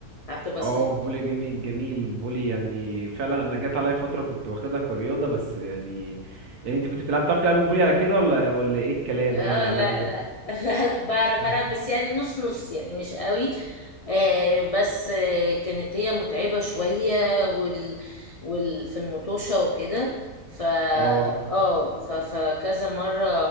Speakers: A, on the left; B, on the right.
A: لعبت باسكت
B: اه فولي جميل جميل فولي يعني فعلا انا جات عليا فترة كنت واخدها كرياضة بس يعني يعني انت كنت بتلعب بتعرفي تلعبي فولي على كده ولا ولا ايه الكلام
A: اه
B: يعني على
A: لا
B: قدك
A: لا <laughs> لا لا بعرف
B: <laughs>
A: العب بس يعني نص نص يعني مش قوي آه بس آه كانت هي متعبة شوية وال وال في المطوشة وكده ف اه
B: اه
A: ف... فكذا مرة